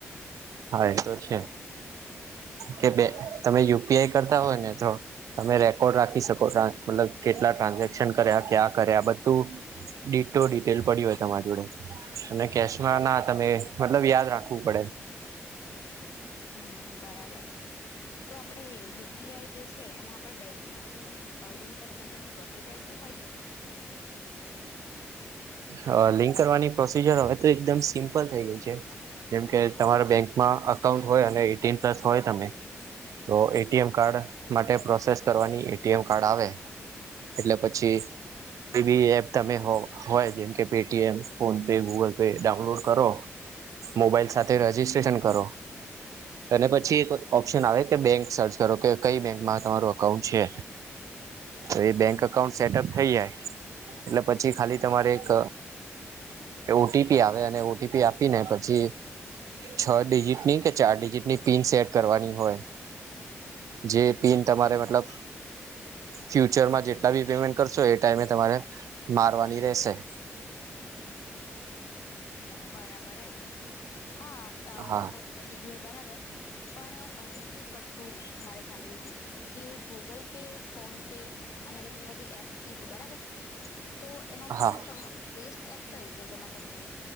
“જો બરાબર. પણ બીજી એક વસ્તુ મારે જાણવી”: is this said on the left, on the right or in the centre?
Left